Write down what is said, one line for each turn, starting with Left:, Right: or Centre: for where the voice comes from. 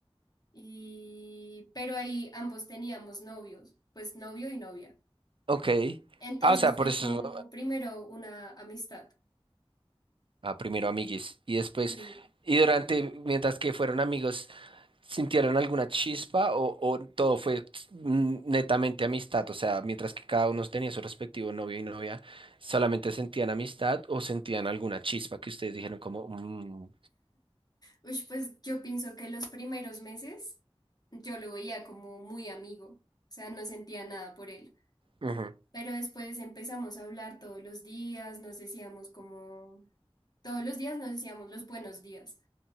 Left: y pero ahí ambos teníamos novios, pues novio y novia.
Right: Ok.
Left: Entonces
Right: Ah, o sea,
Left: fue
Right: por eso,
Left: como primero una amistad.
Right: ah, primero amiguis y después,
Left: Y
Right: y durante, mientras que fueron amigos. ¿Sintieron alguna chispa o, o todo fue mm, netamente amistad? O sea, mientras que cada uno tenía su respectivo novio y novia, ¿solamente sentían amistad o sentían alguna chispa que ustedes dijeron como, "Mm,
Left: ush, pues yo pienso que los primeros meses yo lo veía como muy amigo, o sea, no sentía nada por él.
Right: ujú,
Left: Pero después empezamos a hablar todos los días, nos decíamos como, todos los días nos decíamos los buenos días.